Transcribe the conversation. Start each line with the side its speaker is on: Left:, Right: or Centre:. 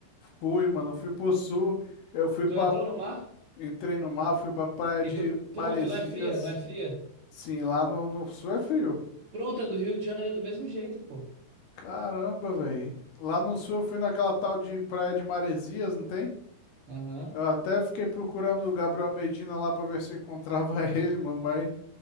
Left: Fui, mano. Fui pro Sul. Eu fui
Right: Tu
Left: pra.
Right: entrou no mar?
Left: Entrei no mar, fui pra praia de
Right: E tu... Pronto,
Left: Maresias.
Right: não é fria? Não é fria?
Left: Sim, lá no, no Sul é frio.
Right: Pronto, é do Rio de Janeiro, é do mesmo jeito, pô.
Left: Caramba, velho. Lá no sul eu fui naquela tal de Praia de Maresias, não tem?
Right: Aham.
Left: Eu até fiquei procurando o Gabriel Medina lá pra ver se eu encontrava <laughs> ele, mano, mas